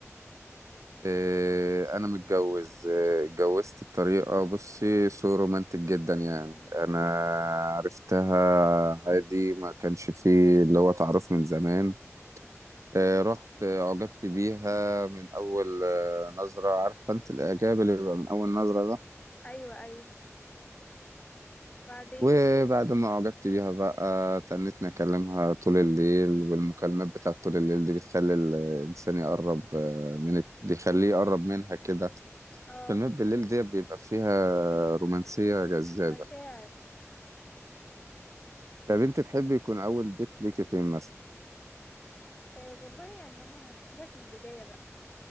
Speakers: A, on the right; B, on the left.
A: إيه، انا متجوز إيه، اتجوزت بطريقه بصي سو رومانتك جدا يعني انا عرفتها عادي ما كانش فيه اللي هو تعرف من زمان إيه،
B: امم
A: رحت إيه، أعجبت بيها من أول آه، نظرة عارفة أنت الإعجاب اللي بيبقى من أول نظرة ده
B: ايوه ايوه وبعدين
A: وبعد ما أعجبت بيها بقى تنتني أكلمها طول الليل والمكالمات بتاعت طول الليل دي بتخلي الإنسان يقرب آه، من بيخليه يقرب منها كده
B: اه
A: فيلمات بالليل دي بيبقى فيها رومانسية جذابة
B: ومشاعر
A: طب انت تحبي يكون اول ديت ليكي فين مثلا
B: آه والله يعني انا هحكي لك من البداية بقى